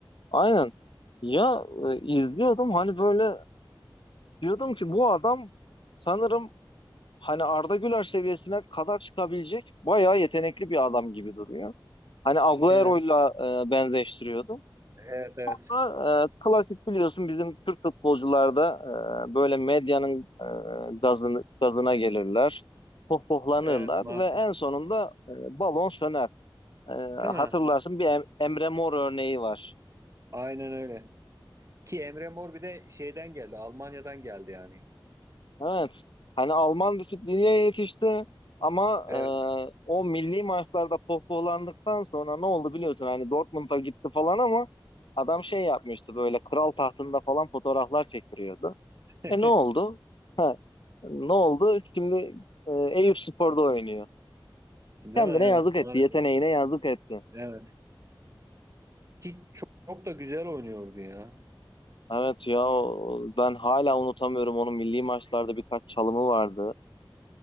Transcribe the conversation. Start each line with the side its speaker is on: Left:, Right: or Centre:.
Left: aynen. Ya e, izliyordum hani böyle diyordum ki bu adam sanırım hani Arda Güler seviyesine kadar çıkabilecek bayağı yetenekli bir adam gibi duruyor. Hani Agüero'yla
Right: Evet.
Left: e, benzeştiriyordum.
Right: Evet evet.
Left: Ama, e, klasik biliyorsun bizim Türk futbolcularda e, böyle medyanın e, gazını, gazına gelirler, pohpohlanırlar
Right: Evet maalesef.
Left: ve en sonunda e, balon söner. E,
Right: Değil mi?
Left: hatırlarsın bir Em- Emre Mor örneği var.
Right: Aynen öyle. Ki Emre Mor bir de şeyden geldi. Almanya'dan geldi yani.
Left: Evet, hani Alman disipline yetişti ama
Right: Evet.
Left: e, o milli maçlarda pohpohlandıktan sonra ne oldu biliyorsun hani Dortmund'a gitti falan ama adam şey yapmıştı böyle kral tahtında falan fotoğraflar çektiriyordu.
Right: <laughs>
Left: E ne oldu? Ha, ne oldu? Şimdi e, Eyüpspor'da oynuyor.
Right: Değil
Left: Kendine
Right: mi? Evet
Left: yazık etti.
Right: maalesef.
Left: Yeteneğine yazık etti.
Right: Evet. Ki çok, çok da güzel oynuyordu ya.
Left: Evet ya o- ben hala unutamıyorum onun milli maçlarda birkaç çalımı vardı.